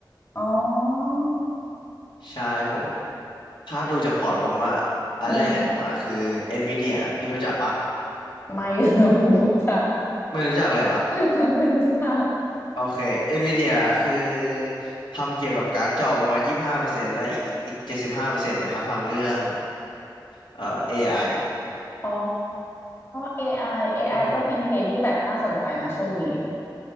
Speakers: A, on the left; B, on the left.
A: อ๋อ
B: ใช่ผมถ้าดูจากพอร์ตผมอะอันแรกผมอะคือ
A: อืม
B: Nvidia พี่รู้จักปะ
A: ไม่รู้จ้ะ
B: ไม่รู้จักเลยเหรอ
A: <laughs> ไม่รู้จัก
B: โอเค Nvidia คือทำเกี่ยวกับการ์ดจอประมาณ25%และอีกอีก75%เปอร์เซ็นต์เนี่ยเขาทำเรื่องเอ่อ AI
A: อ๋อ AI AI
B: อไอ
A: ก็เป็นเทรนด์ที่แบบน่าสนใจนะช่วงนี้